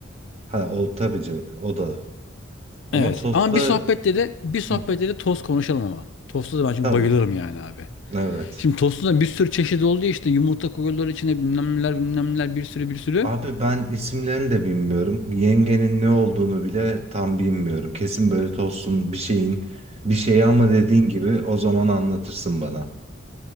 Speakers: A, on the right; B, on the left.
A: Ha o tabii ki o da. Ama
B: Evet
A: tosta
B: ama bir sohbette de bir sohbette
A: hı,
B: de tost konuşalım ama. Tostu da ben çünkü
A: tabii.
B: bayılırım yani abi.
A: Evet.
B: Şimdi tostu da bir sürü çeşidi oldu ya işte yumurta koyuyorlar içine bilmem neler bilmem neler bir sürü bir sürü.
A: Abi ben isimlerini de bilmiyorum. Yengenin ne olduğunu bile tam bilmiyorum. Kesin böyle tostun bir şeyin bir şeyi ama dediğin gibi o zaman anlatırsın bana.